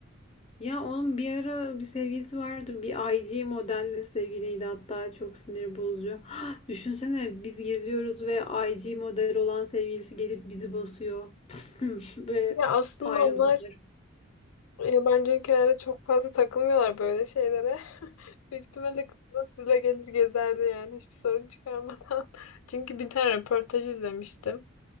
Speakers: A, on the left; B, on the left.
A: Ya onun bir ara bir sevgilisi vardı. Bir IG modelle sevgiliydi hatta çok sinir bozucu. <gasps> Düşünsene biz geziyoruz ve IG model olan sevgilisi gelip bizi basıyor. <laughs> Ve
B: Ya aslında
A: ayrılıyor.
B: onlar yabancı ülkelerde çok fazla takılmıyorlar böyle şeylere. <laughs> Büyük ihtimalle kız da sizle gelir gezerdi yani hiçbir sorun çıkarmadan. <laughs> Çünkü bir tane röportaj izlemiştim.